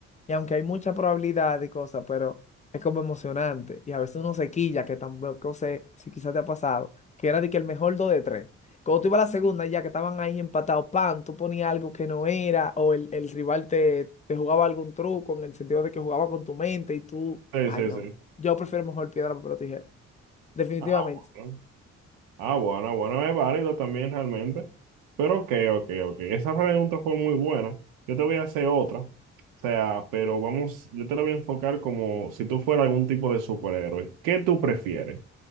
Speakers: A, on the left; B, on the right.
A: y aunque hay mucha probabilidad y cosas, pero es como emocionante, y a veces uno se quilla, que tampoco sé si quizás te ha pasado, que era de que el mejor dos de tres. Cuando tú ibas a la segunda, ya que estaban ahí empatados, pan, tú ponías algo que no era, o el, el rival te, te jugaba algún truco en el sentido de que jugaba con tu mente, y tú,
B: Sí,
A: ay
B: sí,
A: no,
B: sí.
A: yo prefiero mejor piedra, papel o tijera, definitivamente.
B: Ah, bueno. Ah, bueno, bueno, es válido también realmente. Pero ok, ok, ok. Esa pregunta fue muy buena. Yo te voy a hacer otra. O sea, pero vamos, yo te la voy a enfocar como si tú fueras algún tipo de superhéroe. ¿Qué tú prefieres?